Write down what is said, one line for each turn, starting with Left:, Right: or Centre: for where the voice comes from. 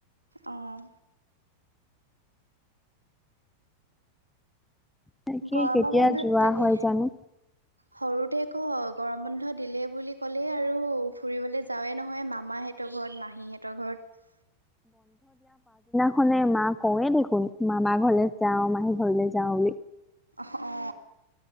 Right: অঁ
Centre: তাকে
Right: গৰমৰ
Centre: কেতিয়া
Right: বন্ধত
Centre: যোৱা
Right: তাকে
Centre: হয় জানো।
Right: সৰু তে ক গৰম বন্ধ দিলে বুলি ক'লে আৰু ফুৰিবলৈ যাৱে নহয় মামা হতৰ ঘৰত মা মাহী হঁতৰ ঘৰত
Centre: খনে মা কওঁৱে দেখোন মামা ঘৰলে যাওঁ মাহী ঘৰলে যাওঁ বুলি।
Right: অ অ।